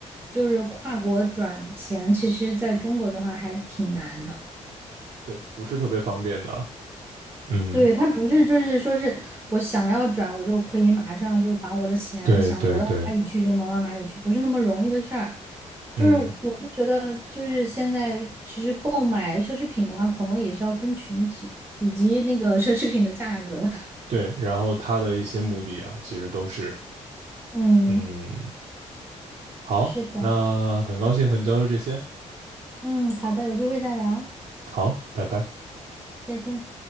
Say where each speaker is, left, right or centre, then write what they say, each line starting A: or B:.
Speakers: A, on the right (about 20°); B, on the right (about 65°).
A: 就是跨国转钱，其实在中国的话还挺难的。
B: 对，不是特别方便的。嗯，
A: 对，他不是就是说是我想要转，我就可以马上就把我的钱想挪到哪里去就挪到哪里去，
B: 对对对，
A: 不是那么容易的事儿。就是我就觉得，
B: 嗯
A: 就是现在其实购买奢侈品的话，可能也是要分群体以及那个奢侈品的价格。<laughs>
B: 对，然后它的一些目的啊，其实都是
A: 嗯，
B: 嗯好，
A: 是的，
B: 那很高兴和你交流这些。
A: 嗯，好的，有机会再聊，
B: 好，拜拜。
A: 再见。